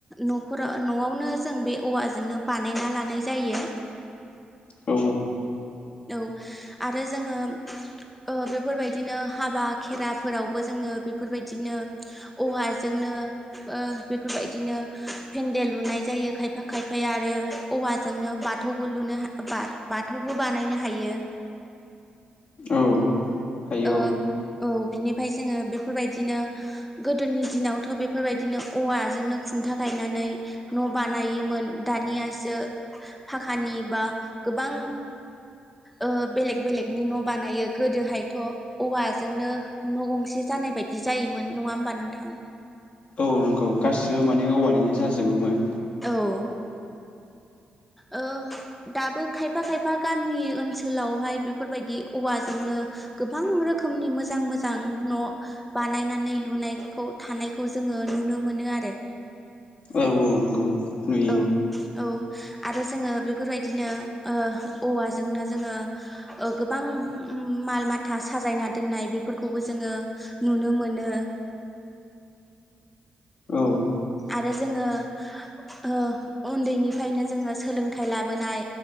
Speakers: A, in the centre; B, on the left.
A: न'खरा न'आवनो जों बे औवाजोंनो बानायना लानाय जायो।
B: <inaudible> औ -औ
A: औ आरो जोङो ओ बेफोरबायदिनो हाबा खेराफोरावबो जोङो बेफोरबायदिनो औवाजों नो ओ बेफोरबायदिनो फेन्देल लुनाय जायो खायफा खायफाया आरो औवा जोंनो बाथौबो लुनो हा बाथौबो बानायनो हायो।
B: औ हायो
A: ओ औ। बिनिफ्राय जोङो बेफोरबायदिनो गोदोनि दिनावथ' बेफोरबायदिनो औवाजोंनो खुन्था गाय नानै न' बानायोमोन दानियासो फाखानि बा गोबां ओ बेलेग बेलेगनि न' बानायो गोदोहाय थ' औवाजोंनो न' गंसे जानाय बायदि जायोमोन नङा होमबा नोंथां
B: औ नंगौ गासिबो माने औवानिनो जाजोबोमोन।
A: औ ओ दाबो खायफा- खायफा गामि ओनसोलावहाय बेफोरबायदि औवाजोंनो गोबां रोखोमनि मोजां मोजां न' बानायनानै लुनायखौ थानायखौ जों ङो नुनो मोनो आरो।
B: औ -औ नंगौ नुयो।
A: औ औ आरो जोङो बेफोरबायदिनो ओ औवाजोंनो जोङो गोबां उम माल माथा साजायना दोननाय बेफोरखौबो जोङो नुनो मोनो।
B: औ
A: आरो जोङो ओ उन्दैनिफायनो जोङो सोलोंथाइ लाबोनाय